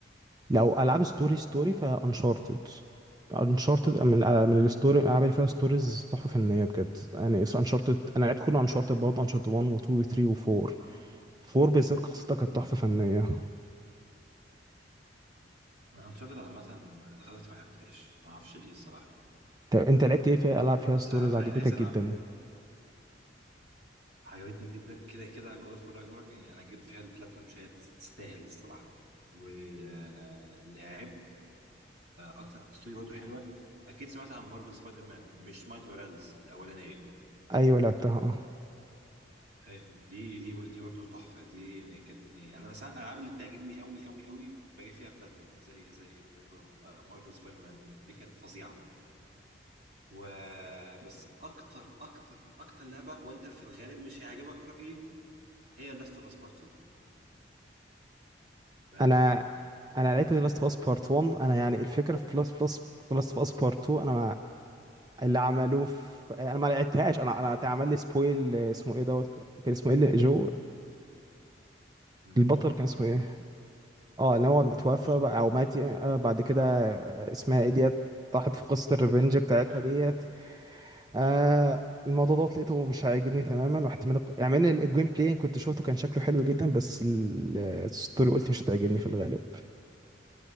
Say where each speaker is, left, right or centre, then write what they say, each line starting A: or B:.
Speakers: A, on the right; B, on the right.
A: لو العاب ستوري ستوري فانشارتد انشارتد من من الستوري الالعاب اللي فيها ستوريز تحفه فنيه بجد يعني انشارتد انا لعبت كله انشارتد برضه انشارتد 1 و2 و3 و4 4 بالذات قصتها كانت
B: مم.
A: تحفه فنيه
B: انا انشارتد عامه لغايه دلوقتي ما لعبتهاش ما اعرفش ليه الصراحه
A: طب انت لعبت ايه في العاب فيها
B: بس
A: ستوريز
B: ع-
A: عجبتك
B: عايز العبها
A: جدا
B: عجبتني جدا كده كده جود اوف راجنروك يعني انا جبت فيها البلاتنم مش هي تستاهل الصراحه ولعبت اكتر ستوري برضه حلوه اكيد سمعت عن مارفل سبايدر مان مش مايلز موراليس الاولانيه
A: ايوه لعبتها اه
B: آه، دي دي دي برضه تحفه دي آه، كانت يعني انا مثلا الالعاب اللي بتعجبني قوي قوي قوي باجي فيها بلاتنم زي زي زي آه، مارفل سبايدر مان دي دي كانت فظيعه و آه، بس اكتر اكتر اكتر لعبه وانت في الغالب مش هيعجبك رايي هي لاست اوف اس بارت 2 بامانه
A: انا انا لعبت لاست اوف اس بارت 1 انا يعني الفكره في لاست اوف اس لاست اوف اس بارت 2 انا اللي عملوه في انا ما لعبتهاش انا انا اتعمل لي سبويل اسمه ايه دوت كان اسمه ايه اللي- جو
B: مم،
A: البطل
B: جول
A: كان اسمه ايه اه اللي هو متوفى
B: مش جول
A: بقى
B: اه
A: او مات يعني. آه بعد كده
B: مم،
A: آه، اسمها ايه ديت طاحت في قصة الريفنج بتاعتها
B: قال
A: ديت
B: ايه
A: آه
B: مم،
A: الموضوع دوت لقيته مش عاجبني تماما رحت من يعني من الجيم بلاي كنت شفته كان شكله حلو جدا بس ال- الستوري قلت مش هتعجبني في الغالب